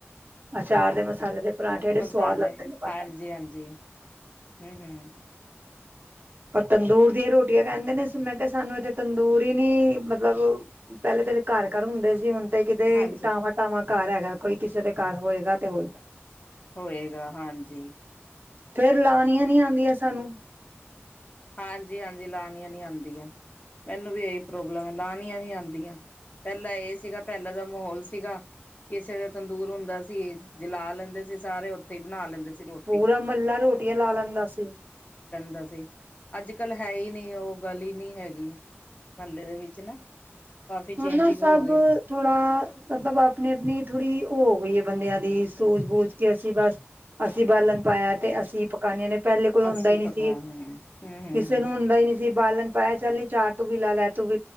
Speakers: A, on the right; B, on the left.
A: ਅਚਾਰ ਦੇ ਮਸਾਲੇ ਦੇ ਪਰਾਂਠੇ ਜਿਹੜੇ
B: ਮਸਾਲੇ
A: ਸਵਾਦ ਲੱਗਦੇ ਨੇ ਪਾਲਣ
B: ਹਾਂਜੀ-ਹਾਂਜੀ। ਹੂੰ-ਹੂੰ।
A: ਪਰ ਤੰਦੂਰ ਦੀਆਂ ਰੋਟੀਆਂ ਕਹਿੰਦੇ ਨੇ ਮੈਂ ਕਿਹਾ ਸਾਨੂੰ ਇੱਥੇ ਤੰਦੂਰ ਹੀ ਨੀ ਮਤਲਬ, ਪਹਿਲੇ ਤੇ ਘਰ-ਘਰ ਹੁੰਦੇ ਸੀ ਹੁਨ। ਕਿਤ-ਕਿਤੇ
B: ਹਾਂਜੀ
A: ਟਾਵਾਂ-ਟਾਵਾਂ। ਘਰ ਹੈਗਾ ਕੋਈ ਕਿਸੇ ਦੇ ਘਰ ਹੋਏਗਾ ਤੇ ਹੋਏ
B: ਹੋਏਗਾ ਹਾਂਜੀ
A: ਫੇਰ ਲਨੀਆ ਨੀ ਆਦੀਆਂ ਸਾਨੂੰ
B: ਹਾਂਜੀ-ਹਾਂਜੀ ਲਾਨੀਆਂ ਨੀ ਆਦੀਆਂ, ਮੈਨੂੰ ਵੀ ਏਹੀ ਪ੍ਰੋਬਲਮ ਹੈ ਲਾਨੀਆਂ ਨੀ ਆਦੀਆਂ, ਪਹਿਲਾ ਏਹ ਸੀਗਾ ਪਹਿਲਾਂ ਦਾ ਮਾਹੌਲ ਸੀਗਾ ਕਿਸੇ ਦਾ ਤੰਦੂਰ ਹੁੰਦਾ ਸੀ ਜੇ ਲਾ ਲੈਂਦੇ ਸੀ ਸਾਰੇ ਉੱਥੇ ਹੀ ਬਣਾ ਲੈਂਦੇ ਸੀ। ਰੋਟੀ
A: ਪੂਰਾ ਮਹਲਾ ਰੋਟੀਆਂ ਲਾ ਲੈਂਦਾ ਸੀ।
B: ਹੁੰਦਾ ਸੀ। ਅੱਜ-ਕੱਲ ਹੈ ਹੀ ਨਹੀਂ ਉਹ ਗੱਲ ਹੀ ਨਹੀਂ ਹੈਗੀ ਮਹੱਲੇ ਦੇ ਵਿੱਚ ਨਾ ਕਾਫੀ ਚੇਂਜਿੰਗ
A: ਹੁਣ ਨਾ ਸਭ
B: ਹੋ ਗਏ।
A: ਥੋੜਾ ਮਤਲਬ ਆਪਣੀ-ਆਪਣੀ ਥੋੜੀ ਉਹ ਹੋਇਏ ਬੰਦਿਆਂ ਦੀ ਸੂਝ-ਬੂਝ ਕੇ ਅਸੀ ਬਸ ਅਸੀ ਬਾਲਨ ਪਾਇਆ ਤੇ ਅਸੀਂ ਪਕਾਨਆਂ ਨੇ ਪਹਿਲੇ ਕੋਈ ਹੁੰਦਾ
B: ਅੱਸੀ
A: ਹੀ
B: ਪਕਾ
A: ਨਹੀਂ ਸੀ
B: ਹੂੰ ਹੂੰ
A: ਕਿਸੇ ਨੂੰ ਹੁੰਦਾ ਹੀ ਨੀ ਬਾਲਣ ਪਾਇਆ ਚੱਲ ਨੀ ਚਾਰ ਤੂੰ ਵੀ ਲਾ ਲੈ ਤੂੰ